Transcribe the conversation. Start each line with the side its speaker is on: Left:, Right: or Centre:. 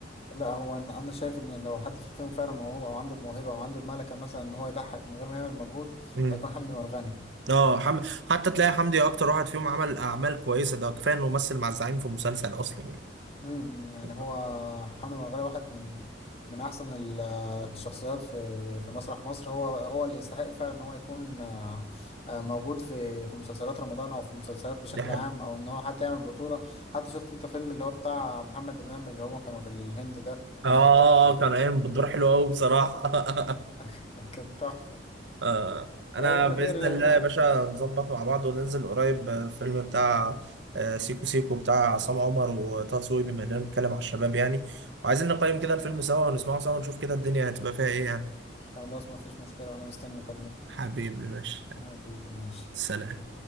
Left: لا هو انا أنا شايف ان لو حد فيهم فعلا موهوب او عنده الموهبه او عنده الملكه مثلا ان هو يضحك من غير ما يعمل مجهود
Right: مم.
Left: هيكون حمدي مرغني
Right: اه حم... حتى تلاقي حمدي اكتر واحد فيهم عمل اعمال كويسه ده كفايه انه مثل مع الزعيم في مسلسل اصلا يعني
Left: امم يعني
Right: بالظبط.
Left: هو حمد مرغلي واحد من من احسن ال- الشخصيات في في مسرح مصر هو هو اللي يستحق فعلا ان هو يكون آه، آه، موجود في في مسلسلات رمضان او في مسلسلات بشكل
Right: دي حلوه
Left: عام او ان هو حتى يعمل بطولة حتى شفت انت فيلم اللي هو بتاع محمد امام اللي هما كانوا في الهند ده <laughs>
Right: اه
Left: كان تحفة فيه
Right: كان قايم بدور حلو قوي بصراحه <laughs>
Left: <laughs> كان تحفة
Right: آه. انا
Left: فيلا
Right: باذن
Left: خير
Right: الله
Left: آه،
Right: يا باشا نظبط مع بعض وننزل قريب آه، الفيلم بتاع آه، سيكو سيكو بتاع عصام عمر وطه دسوقي بما اننا بنتكلم على الشباب يعني وعايزين نقيم كده الفيلم سوا ونسمعه سوا ونشوف كده الدنيا هتبقى فيها ايه يعني
Left: خلاص ما فيش مشكلة وانا مستني مكالمتك
Right: حبيبي ماشي
Left: حبيبي ماشي
Right: سلام